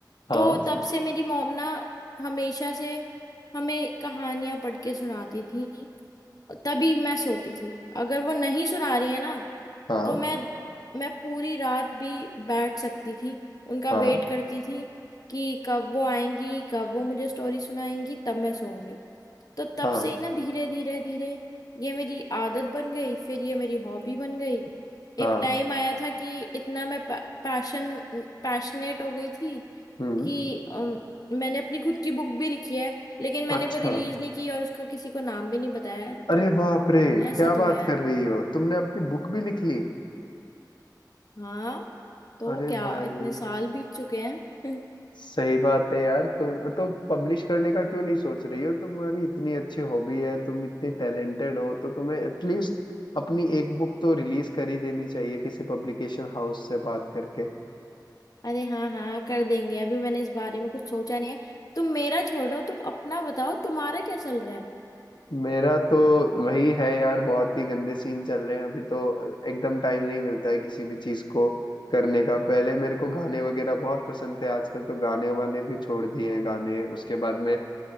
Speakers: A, on the left; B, on the left.
A: हाँ
B: तो तब से मेरी मॉम ना हमेशा से हमें कहानियां पढ़ के सुनाती थी तभी मैं सोती थी अगर वो नहीं सुना रही है ना
A: हाँ
B: तो मैं मैं पूरी रात भी बैठ सकती थी उनका
A: हाँ
B: वेट करती थी कि कब वो आएंगी कब वो मुझे स्टोरी सुनाएंगी तब मैं सोऊंगी तो तब
A: हाँ
B: से ही ना धीरे धीरे धीरे ये मेरी आदत बन गई फिर ये मेरी हॉबी बन गई एक
A: हाँ
B: टाइम आया था कि इतना मैं पैशन पैशनेट हो गई थी
A: हम्म
B: कि अम, मैंने अपनी खुद की बुक भी लिखी है लेकिन मैंने
A: अच्छा
B: वो रिलीज नहीं की और उसका किसी को नाम भी नहीं बताया है, तो
A: अरे बाप रे
B: ऐसा
A: क्या
B: तो
A: बात
B: है
A: कर रही हो तुमने अपनी बुक भी लिख ली
B: हाँ तो
A: अरे
B: क्या
A: भाई
B: इतने साल बीत चुके हैं <laughs>
A: सही बात है यार तुम तो पब्लिश करने का क्यों नहीं सोच रही हो तुम्हारी इतनी अच्छी हॉबी है तुम इतनी टैलेंटेड हो तो तुम्हें एटलीस्ट अपनी एक बुक तो रिलीज कर ही देनी चाहिए किसी पब्लिकेशन हाउस से बात करके
B: अरे हाँ हाँ कर देंगे अभी मैंने इस बारे में कुछ सोचा नहीं है तुम मेरा छोड़ो तुम अपना बताओ तुम्हारा क्या चल रहा है
A: मेरा तो वही है यार बहुत ही गंदे सीन चल रहे हैं अभी तो एकदम टाइम नहीं मिलता है किसी भी चीज को करने का पहले मेरे को गाने वगैरह बहुत पसंद थे आजकल तो गाने वाने भी छोड़ दिए हैं गाने उसके बाद में